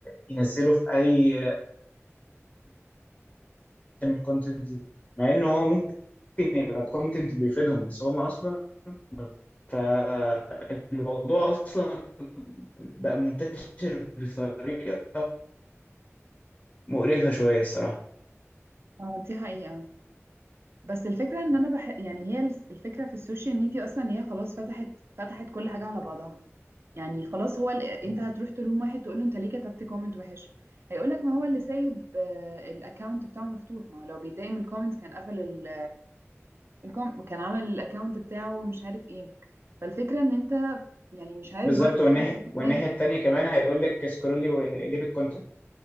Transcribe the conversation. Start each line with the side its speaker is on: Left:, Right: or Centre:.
Left: ينزلوا في اي يعمل كونتنت مع ان هو ممكن يبقى كونتنت بيفيدهم بس هم اصلا فالموضوع اصلا بقى منتشر بطريقه مقرفة شوية الصراحة
Right: آه، دي حقيقة بس الفكرة ان انا بح... يعني هي الس- الفكرة في السوشيال ميديا اصلا هي خلاص فتحت فتحت كل حاجة على بعضها يعني خلاص هو ال... انت هتروح تلوم واحد تقول له انت ليه كتبت كومنت وحش هيقولك ما هو اللي سايب الاكونت بتاعه مفتوح ما هو لو بيتضايق من الكومنتس كان قفل ال... الكوم... كان عمل الاكونت بتاعه مش عارف ايه فالفكرة ان انت يعني مش عارف
Left: بالظبط
Right: برضه
Left: والناحية
Right: تقول له
Left: والناحية
Right: حاجة
Left: التانية كمان هيقول لك سكرولي وليب الكونتنت